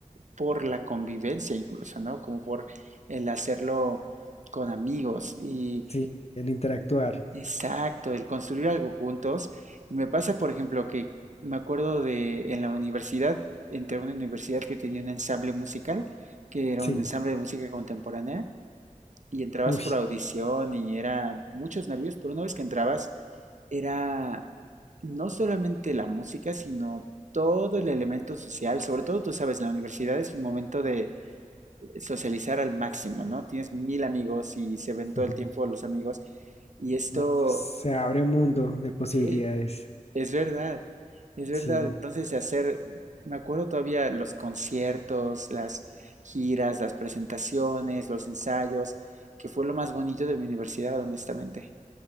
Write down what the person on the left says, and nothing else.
sí, el interactuar,
sí,
uy,
<laughs>
no, eso se abre un mundo de posibilidades.
Sí,